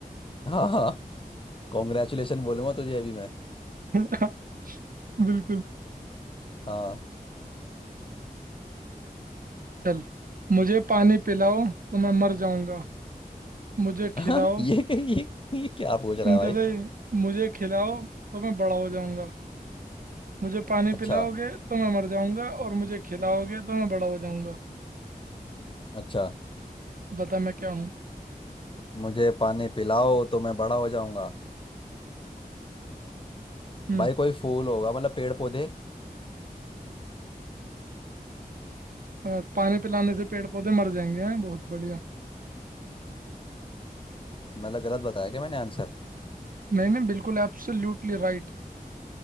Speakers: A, on the left; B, on the right.
A: हाँ हाँ कॉन्ग्रेचुलेशन बोलूंगा तुझे अभी मैं
B: <laughs> बिल्कुल
A: हाँ
B: चल मुझे पानी पिलाओ तो मैं मर जाऊंगा मुझे
A: हाँ,
B: खिलाओ
A: ये, क्या ये ये क्या पूछ रहा
B: सुनते
A: है भाई
B: से ही, मुझे खिलाओ तो मैं बड़ा हो जाऊंगा मुझे पानी
A: अच्छा
B: पिलाओगे तो मैं मर जाऊंगा और मुझे खिलाओगे तो मैं बड़ा हो जाऊंगा
A: अच्छा
B: बता मैं क्या हूँ
A: मुझे पानी पिलाओ तो मैं बड़ा हो जाऊंगा
B: हम्म।
A: भाई कोई फूल होगा मतलब पेड़ पौधे
B: अ, पानी पिलाने से पेड़ पौधे मर जाएंगे हैं बहुत बढ़िया
A: मतलब गलत बताया क्या मैंने आंसर
B: नहीं नहीं बिल्कुल एब्सोल्युटली राइट